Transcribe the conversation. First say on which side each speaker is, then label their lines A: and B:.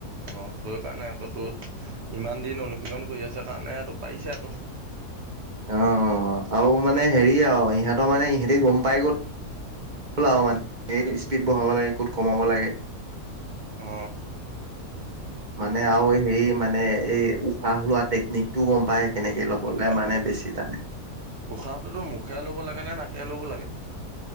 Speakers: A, on the right (about 55°); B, on the right (about 30°).
A: অঁ সেই কাৰণে আকৌ তোৰ ইমান দিন অনুশীলন কৰি আছে কাৰণে ইটো পাইছে আকৌ।
B: অ অ অ আৰু মানে হেৰি আৰু ইহঁতে মানে ইহঁতি গম পাই গ'ল <inaudible> মানে এই স্পীড বঢ়াব লাগে ক'ত কমাব লাগে।
A: অ।
B: মানে আৰু সেই মানে এই উশাহ লোৱা টেকনিকটোও গম পায় কেনেকে অলপ বলা
A: অ
B: মানে বেছি টানে।
A: উশাহটো মুখে ল'ব লাগে না নাকে ল'ব লাগে?